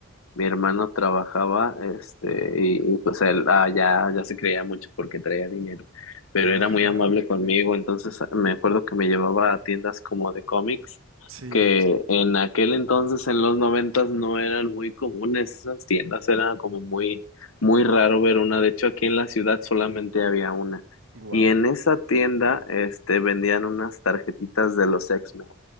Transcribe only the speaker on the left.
Mi hermano trabajaba, este,
y, y, pues él ah, ya, ya se creía mucho porque traía dinero, pero
era muy amable conmigo, entonces ah, me acuerdo que me llevaba a tiendas como de cómics,
que en aquel entonces, en los noventas, no eran muy comunes esas tiendas, era como muy, muy raro ver una, de hecho aquí en la ciudad solamente había una,
y en esa tienda, este, vendían unas tarjetitas de los X-Men